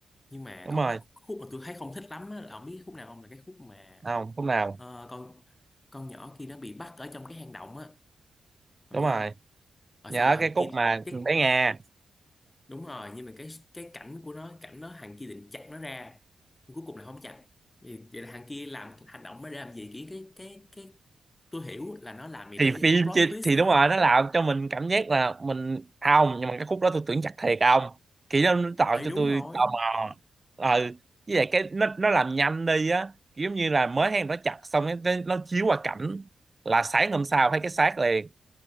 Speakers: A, on the left; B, on the right.
A: Nhưng mà
B: đúng
A: có
B: rồi
A: một khúc mà tôi thấy không thích lắm á, Là ông biết khúc nào không Là cái khúc mà
B: không lúc nào
A: ờ, con con nhỏ kia nó bị bắt ở trong cái hang động á Ông
B: đúng
A: nhớ
B: rồi
A: không Ở
B: nhớ
A: xong thằng
B: cái
A: kia
B: cốt mà
A: cái
B: bé Nga
A: đúng rồi nhưng mà cái cái cảnh của nó cảnh nó thằng kia định chặt nó ra nhưng cuối cùng là không chặt vậy, vậy là thằng kia làm hành động mới để làm gì cái cái cái cái tôi hiểu là nó làm gì
B: thì
A: để
B: phim
A: cho có plot
B: chứ
A: twist
B: thì đúng rồi nó làm cho mình cảm giác là mình à, ông nhưng mà cái khúc đó tôi tưởng chặt thiệt à, ông kiểu nó nó tạo
A: thì
B: cho
A: đúng
B: tôi
A: rồi
B: tò mò ờ với lại cái nó nó làm nhanh đi á kiểu giống như là mới hay nó chặt xong cái nó, nó chiếu qua cảnh là sáng hôm sau thấy cái xác liền